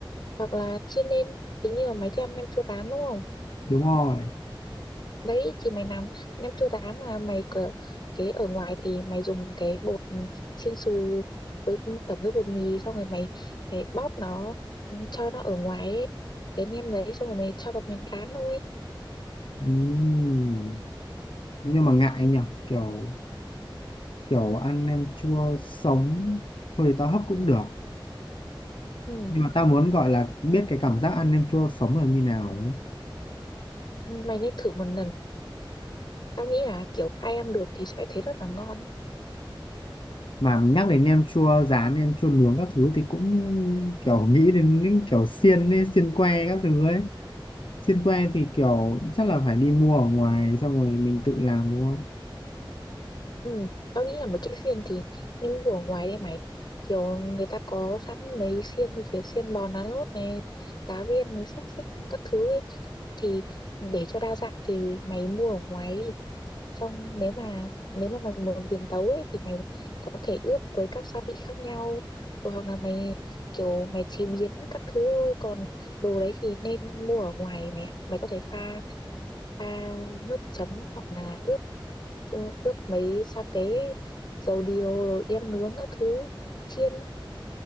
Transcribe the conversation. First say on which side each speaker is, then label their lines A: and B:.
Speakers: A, on the left; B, on the left.
A: hoặc là chiên lên cái như là mày thích ăn nem chua rán đúng không
B: đúng rồi
A: Đấy thì mày làm nem chua rán mà mày kiểu cái ở ngoài thì mày dùng cái bột chiên xù với tẩm với bột mì xong rồi mày, mày bóp nó ừ, cho nó ở ngoài ấy. Cái nem đấy xong rồi mày cho vào mình rán thôi.
B: Ừm, nhưng mà ngại nhở kiểu kiểu ăn nem chua sống thôi thì tao hấp cũng được
A: Ừ.
B: nhưng mà tao muốn gọi là biết cái cảm giác ăn nem chua sống là như nào ấy
A: Mày nên thử một lần. Tao nghĩ là kiểu ai ăn được thì sẽ thấy rất là ngon.
B: mà nhắc đến nem chua rán nem chua nướng các thứ thì cũng kiểu nghĩ đến những kiểu xiên ấy, xiên que các thứ ấy xiên que thì kiểu chắc là phải đi mua ở ngoài xong rồi mình tự làm đúng không
A: Ừ, tao nghĩ là mấy cái xiên thì nên mua ở ngoài đi mày. Kiểu người ta có sẵn mấy xiên thì kiểu xiên bò nán lốt này, cá viên, núi xúc xích các thứ ấy. Thì để cho đa dạng thì mày mua ở ngoài đi. Xong nếu mà nếu mà mày muốn biến tấu ấy thì mày có thể ướp với các gia vị khác nhau. Rồi hoặc là mày kiểu mày chế biến các thứ thôi. Còn đồ đấy thì nên mua ở ngoài mày ạ. Mày có thể pha pha nước chấm hoặc là ướp ờ, ướp mấy sa tế dầu điều rồi đem nướng các thứ chiên